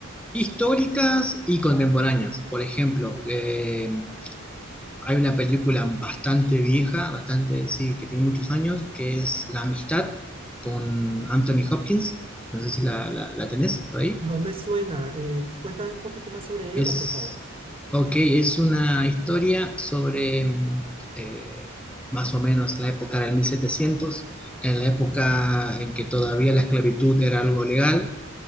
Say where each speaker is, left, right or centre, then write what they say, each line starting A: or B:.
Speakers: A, in the centre; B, on the right.
A: Históricas y contemporáneas. Por ejemplo, eh, Hay una película bastante vieja, bastante, sí, que tiene muchos años, que es La Amistad con Anthony Hopkins. No sé si la, la, la tenés por ahí.
B: No me suena. eh, cuéntame un poquito más sobre ella,
A: Es,
B: por favor.
A: ok, es una historia sobre mm, eh, más o menos la época del 1700, en la época en que todavía la esclavitud era algo legal